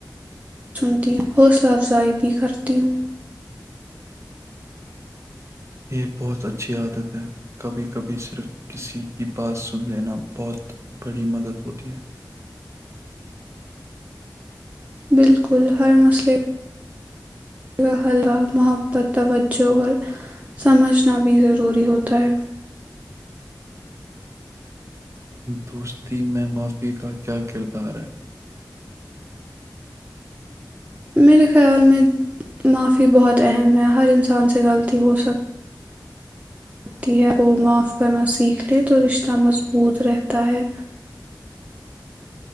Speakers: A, on the right; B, on the right.
A: سنتی ہ حوصلہ افزائی بھی کرتی ہوں
B: یہ بہت اچھی عادت ہے کبھی کبھی صرف کسی کی بات سن لینا بہت بڑی مدد ہوتی ہے
A: بالکل ہر مسل آ کا خلا محبت توجہ اور سمجھنا بھی ضروری ہوتا ہے
B: دوستی میں معافی کا کیا کردار ہے
A: میرے خیال میں معافی بہت اہم ہے ہر انسان سے غلطی ہو سکے ہوتی ہے وہ معاف کرنا سیکھ لے تو رشتہ مضبوط رہتا ہے